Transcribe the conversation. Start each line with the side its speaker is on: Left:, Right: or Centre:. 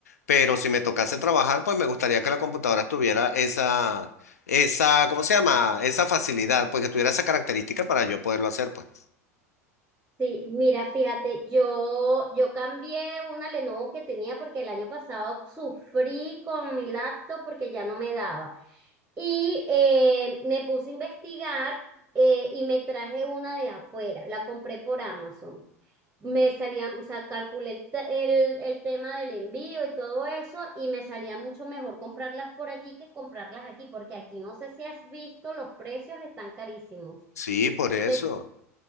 Left: Pero si me tocase trabajar, pues me gustaría que la computadora tuviera esa, esa, ¿cómo se llama? Esa facilidad, pues que tuviera esa característica para yo poderlo hacer, pues.
Right: Sí, mira, fíjate, yo, yo cambié una Lenovo que tenía porque el año pasado sufrí con mi laptop porque ya no me daba. Y eh, me puse a investigar eh, y me traje una de afuera, la compré por Amazon. me salía, o sea, calculé el, te- el, el tema del envío y todo eso, y me salía mucho mejor comprarlas por allí que comprarlas aquí, porque aquí no sé si has visto, los precios están carísimos.
Left: Sí, por eso.
Right: Entonces,